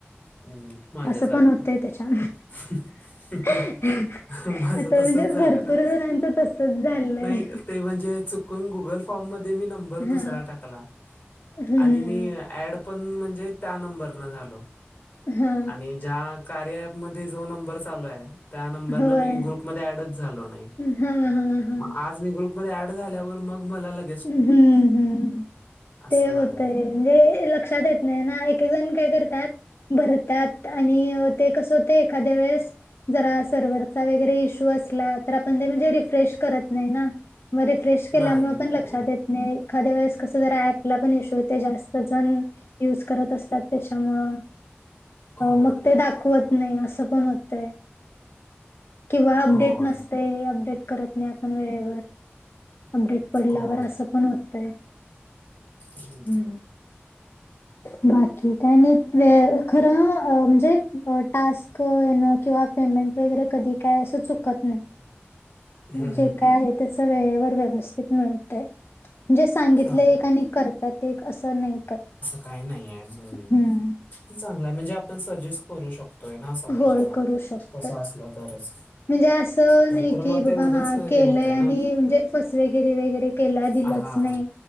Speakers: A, on the left (about 35°); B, on the left (about 60°).
A: हम् माझ्या
B: असं
A: सारखं
B: पण होतंय त्याच्या
A: हं
B: आता
A: हं माझं तसच
B: म्हणजे
A: झालं
B: भरपूर
A: ना
B: जणांचं तसच झालंय.
A: नाही ते म्हणजे चुकून गुगल फॉर्म मध्ये मी नंबर
B: हा.
A: दुसरा टाकला
B: हम्म.
A: आणि मी ऍड पण म्हणजे त्या नंबरन झालो
B: हा.
A: आणि ज्या कार्या ऍप मध्ये जो नंबर चालू आहे त्या नंबरन
B: होय.
A: मी ग्रुपमध्ये ऍडच झालो नाही
B: हा हा हा.
A: म आज ग्रुप मध्ये ऍड झाल्यावर मग मला लगे
B: हम्म हम्म
A: असं
B: ते होतंय
A: झालं.
B: म्हणजे लक्षात येत नाही ना एक एक जण काय करत्यात भरतात आणि ते कसं होते एखाद्या वेळेस जरा सर्व्हचा वगैरे इश्यू असला तर आपण ते म्हणजे रिफ्रेश करत नाही ना म रिफ्रेश रिफ्रेश केल्यामुळे
A: नाही होय.
B: पण लक्षात एखाद्या वेळेस कस ज ऍपला पण इश य जास्त जण युज करत असतात त्याच्यामुळं
A: होय.
B: मग ते दाखवत नाही असं पण होतं किंवा अपडेट
A: होय.
B: नसते अपडेट करत नाही आपण वेळेवर अपडेट पडल्यावर
A: हो.
B: असं पण होतय
A: हं.
B: ह बाकी का खरं म्हणजे टास् ण किंवा पेमेंट वगैरे कधी काय असं चुकत नाही
A: हं,
B: जे
A: हं.
B: काय आहे त्याच वेळेवर व्यवस्थित मिळतय म्हणजे सांगितलं
A: चांगला.
B: एक आणि करतात एक असं नाही काय
A: काही नाही
B: हम्म
A: चांगला म्हणजे आपण सजेस्ट करू शकतो ोय ना समोरच्याला
B: होय करू शकतोय
A: तसं असलं तरच
B: म्हणजे असं
A: नाहीतर
B: नाही
A: मग
B: कि
A: ते
B: बाबा
A: उगच
B: हा
A: हे
B: केलंय
A: होतय ना
B: आणि म्हणजे फस वगैरे वगैरे दिच
A: हा
B: नाही